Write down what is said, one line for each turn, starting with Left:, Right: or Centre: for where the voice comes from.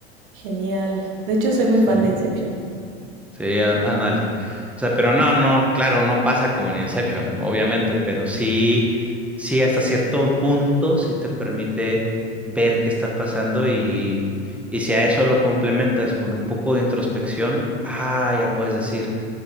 Right: Genial. De hecho, soy muy
Centre: Sí.
Right: fan de Inception.
Centre: Sí, á- ándale. O sea, pero no, no, claro, no pasa como en Inception, obviamente, pero sí, sí, hasta cierto punto sí te permite ver qué está pasando y, y si a eso lo complementas con un poco de introspección, ah, ya puedes decir,